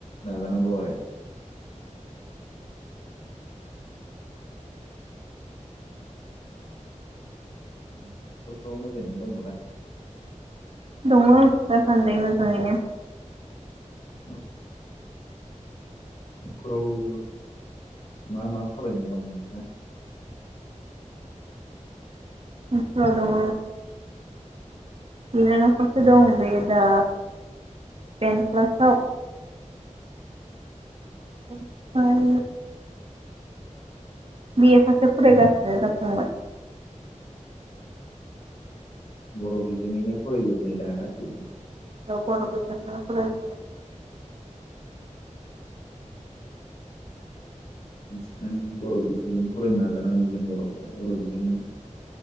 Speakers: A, on the left; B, on the right.
A: नाजानांगौ आरो। न'खरफ्राव मोजाङैनो दङ दा?
B: दङ दासान्दै मोजाङैनो।
A: औ न'खराव मा मा फरायनाय दं नोंसा?
B: नख'राव दङ बिनानाव सासे दं बे दा टेनथ क्लासाव। ओमफाय बि एस सासे फरायगासिनो दा फंबाय।
A: बर' बिजोंङैनो फरायजोबनाय दा गासैबो?
B: औ बर'बिजोंजोनो फरायजोबनाय।
A: बांसिनानो बर' बिजोंजों फरायनो नाजानांगौ जों बर'फ्रा बर' बिजोंनो